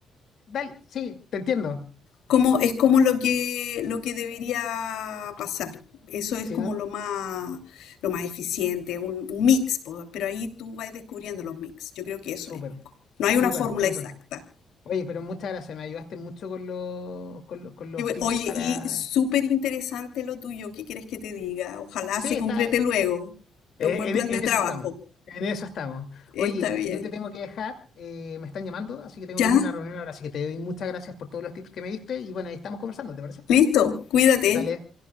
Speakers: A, on the left; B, on the left.
A: Dale, sí, te entiendo.
B: como, es como lo que, lo que debería pasar. Eso es
A: Sí,
B: como
A: no,
B: lo más, lo más eficiente, un, un mix, pero ahí tú vas descubriendo los mix. Yo creo que eso
A: súper,
B: es, Nico. No hay
A: súper,
B: una fórmula
A: súper.
B: exacta.
A: Oye, pero muchas gracias, me ayudaste mucho con los, con, lo- con los tips
B: Oye,
A: para...
B: y súper interesante lo tuyo, ¿qué quieres que te diga? Ojalá
A: Sí,
B: se concrete
A: está... eh,
B: luego.
A: En,
B: Es un buen plan
A: en
B: de trabajo.
A: eso estamos, en eso estamos.
B: Está
A: Oye,
B: bien.
A: yo te tengo que dejar, eh, me están llamando, así que tengo
B: Ya,
A: que irme a una reunión ahora, así que te doy muchas gracias por todos los tips que me diste y bueno, ahí estamos conversando, ¿te parece?
B: listo, cuídate.
A: Dale,